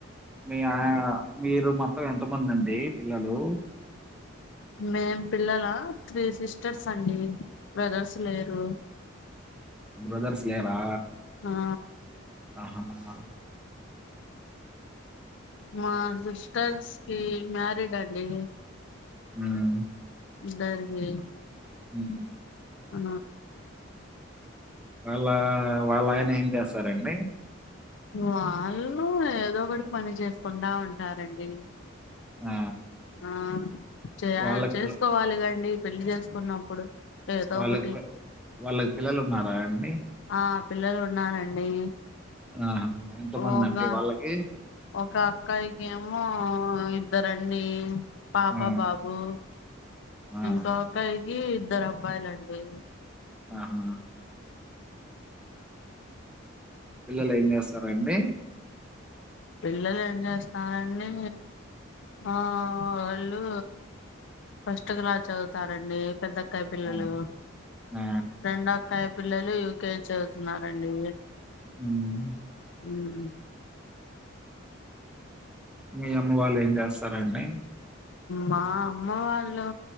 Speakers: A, in the centre; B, on the left.
A: మీ ఆ మీరు మొత్తం ఎంతమంది అండి పిల్లలు
B: మేం పిల్లల త్రీ సిస్టర్స్ అండి బ్రదర్స్ లేరు
A: బ్రదర్స్ లేరా
B: ఆ
A: ఆహాహా
B: మా సిస్టర్స్ కి మ్య రిడండి
A: మ్
B: ఇద్దరిది
A: మ్
B: అ
A: వాళ్ళ వాళ్ళ ఆయన ఏం చేస్తారండి
B: వాళ్ళు ఏదో ఒకటి పని చేసుకుండా ఉంటారండి
A: ఆ
B: ఆ చేయా
A: వాళ్ళకి
B: చేసుకోవాలి
A: పిల్ల
B: కండి పెళ్లిి చేసుకున్నప్పుడు ఏదో
A: వాళ్ళక్
B: ఒకటి
A: పి వాళ్ళకి పిల్లలు ఉన్నారా అండి
B: ఆ పిల్లలు ఉన్నారండి
A: ఆహా! ఎంతమందండి
B: ఓగా
A: వాళ్ళకి
B: ఒక అక్కయికెమో ఇద్దరండి పాప
A: ఆ! ఆ!
B: బాబు
A: ఆ!
B: ఇంకొ అక్కయ్యకి ఇద్దరబ్బాయిలండి
A: ఆహా పిల్లలేం చేస్తారండి
B: పిల్లలేం చేస్తారండి ఆ వాళ్ళు ఫస్ట్ క్లా చదువుతారండి పెద్ద క్కయ్య పిల్లలు
A: ఆ! ఆ!
B: రెండో అక్కయ్య పిల్లలు యూకే చదువుతున్నారండి
A: ఉమ్
B: ఉమ్
A: మీ అమ్మ వాళ్ళు ఏం చేస్తారండి
B: మా అమ్మ వాళ్ళు